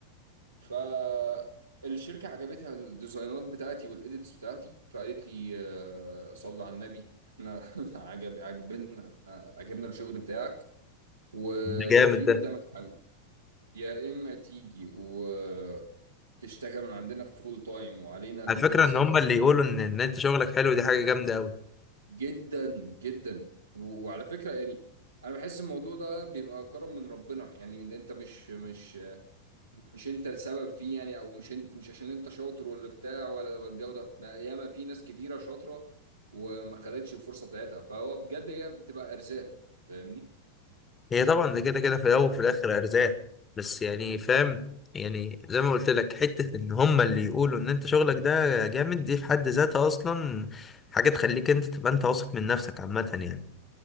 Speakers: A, on the right (about 75°); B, on the left (about 20°).
A: ف الشركة عجبتها الديزاينات بتاعتي والإيديتس بتاعتي فقالت لي آه، صلي على النبي احنا <laughs> عجب عجبنا عجبنا الشغل بتاعك وفي
B: ده جامد
A: قدامك
B: ده
A: حل يا اما تيجي وتشتغل من عندنا فول تايم وعلينا ال-
B: على فكرة
A: السكن
B: ان هم اللي يقولوا ان ان انت شغلك حلو دي حاجة جامدة قوي.
A: جدا جدا و- وعلى فكره يعني انا بحس الموضوع ده بيبقى كرم من ربنا يعني انت مش مش مش انت السبب فيه يعني او مش انت مش عشان انت شاطر ولا بتاع ولا ولا الجو ده لا، ياما في ناس كتيره شاطره وما خدتش الفرصه بتاعتها فهو بجد هي بتبقى ارزاق فاهمني
B: هي طبعا ده كده كده في الاول وفي الاخر ارزاق بس يعني فاهم يعني زي ما قلت لك حته ان هما اللي يقولوا ان انت شغلك ده جامد دي في حد ذاتها اصلا حاجه تخليك انت تبقى انت واثق من نفسك عامه يعني